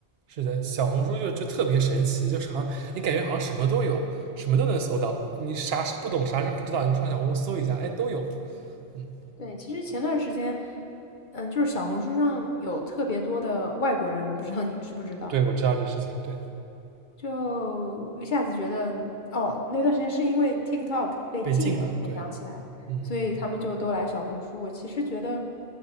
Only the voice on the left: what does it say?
对，其实前段时间，嗯，就是小红书上有特别多的外国人，我不知道你知不知道。
就一下子觉得，哦，那段时间是因为 TikTok 被禁了，
我想起来了，
所以他们就都来小红书。我其实觉得，